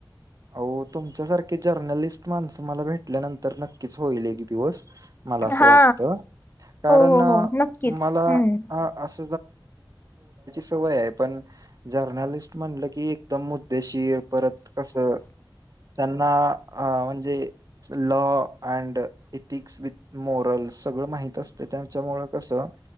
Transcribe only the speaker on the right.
अ तुमच्यासारखे जर्नलिस्ट माणसं मला भेटल्यानंतर नक्कीच होईल एक दिवस. मला असं
वाटत कारण
मला
अस. सवय आहे पण जनरली म्हटलं की एकदम मुद्देशीर परत कस. त्यांना अ म्हणजे. Law and ethics with moral सगळं माहिती. असते त्यांच्यामु कसं